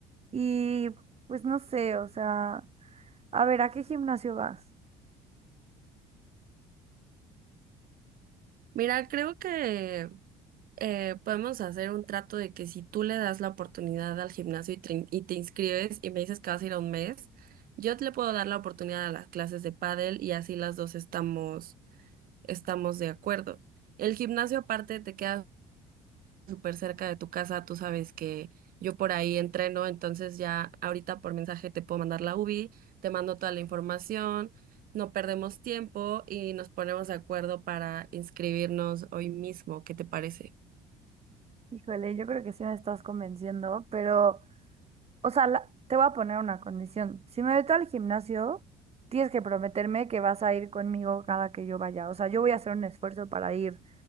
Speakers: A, on the right; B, on the right.
A: Y pues no sé, o sea, a ver, ¿a qué gimnasio vas?
B: Mira, creo que eh, podemos hacer un trato de que si tú le das la oportunidad al gimnasio y te, y te inscribes y me dices que vas a ir a un mes, yo te le puedo dar la oportunidad a las clases de pádel y así las dos estamos, estamos de acuerdo. El gimnasio aparte te queda súper cerca de tu casa, tú sabes que yo por ahí entreno, entonces ya ahorita por mensaje te puedo mandar la UBI, te mando toda la información, no perdemos tiempo y nos ponemos de acuerdo para inscribirnos hoy mismo, ¿qué te parece?
A: Híjole, yo creo que sí me estás convenciendo, pero, o sea, la- te voy a poner una condición. Si me meto al gimnasio, tienes que prometerme que vas a ir conmigo cada que yo vaya. O sea, yo voy a hacer un esfuerzo para ir.